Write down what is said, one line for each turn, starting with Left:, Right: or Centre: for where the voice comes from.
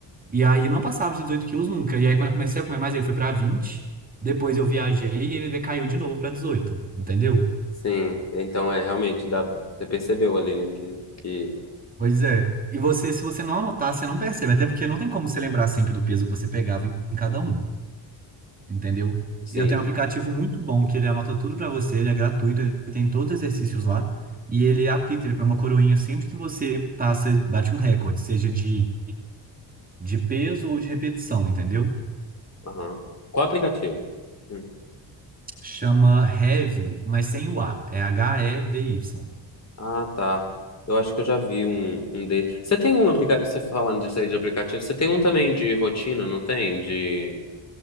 Right: E aí não passava de 18 quilos nunca. E aí quando eu comecei a comer mais, ele foi pra 20. Depois eu viajei e ele decaiu de novo pra 18. Entendeu?
Left: Sim, então é realmente dá, você percebeu ali, né, que, que
Right: Pois é. E você, se você não anotar, você não percebe. Até porque não tem como você lembrar sempre do peso que você pegava em cada um. entendeu?
Left: sim,
Right: E eu tenho um aplicativo muito bom que ele anota tudo pra você, ele é gratuito, ele tem todos os exercícios lá e ele apita, ele põe uma coroinha sempre que você passa, bate um recorde, seja de, de peso ou de repetição, entendeu?
Left: aham. Qual aplicativo? Hum.
Right: Chama Heavy, mas sem o A, é H-E-V-Y.
Left: Ah, tá. Eu acho que eu já vi um, um desses. Você tem um aplicativo, você falando disso aí de aplicativo, você tem um também de rotina, não tem? De...